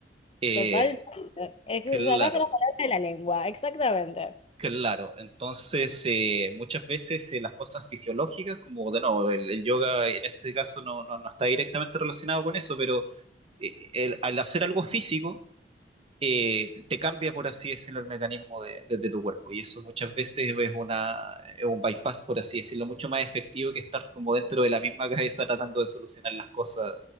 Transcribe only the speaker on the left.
Totalmente. Es que
sacaste la palabra de la lengua, exactamente.